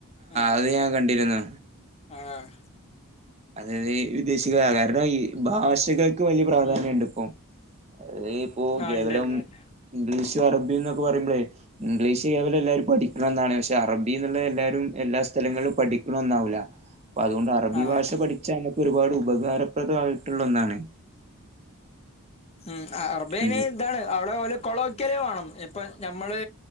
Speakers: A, on the left; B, on the right.
A: ആഹ്
B: അത് ഞാൻ കണ്ടിരുന്നു
A: ആഹ്
B: അതായത് വിദേശികള കാരണം ഈ ഭാഷകൾക്ക് വലിയ പ്രാധാന്യണ്ട്
A: ഉം
B: ഇപ്പൊ അത് ഇപ്പോ
A: ആഹ്
B: കേവലം
A: ഇണ്ട് ഇണ്ട് ഇണ്ട്
B: ഇംഗ്ലീഷും അറബി എന്നൊക്കെ പറയുമ്പോളേ ഇംഗ്ലീഷ് കേവലം എല്ലരും പഠിക്കണം എന്നാണ് പക്ഷെ അറബി എന്നുള്ള എല്ലാരും എല്ലാ സ്ഥലങ്ങളും പഠിക ഒന്നാവു ല്ല അപ്പൊ അതുകൊണ്ട് അറബി
A: ആഹ്
B: ഭാഷ പഠിച്ചാ നമക്ക് ഒരുപാട് ഉപകാരപ്രദയിട്ടുള്ള ഒന്നാണ്
A: ഉം ആ അറബേന
B: ഉം
A: ഇതാണ് അവിടെ പോലെ കൊള വയ്ക്കല വേണം ഇപ്പൊ ഞമ്മള്